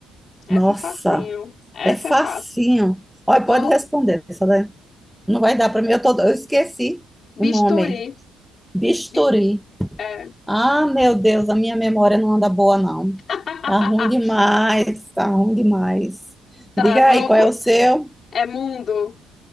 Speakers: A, on the left; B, in the centre.
A: Essa
B: nossa,
A: é facinho. Essa
B: é facinho.
A: é fácil.
B: Olha,
A: Bo...
B: pode responder, essa daí. Não vai dar para mim, eu, tô- eu esqueci
A: Bisturi.
B: o nome. Bisturi.
A: Bi- é.
B: Ah, meu Deus, a minha memória não anda boa, não.
A: <laughs>
B: Tá ruim demais, tá ruim demais.
A: Tá
B: Diga
A: bom?
B: aí, qual é o seu?
A: É mundo.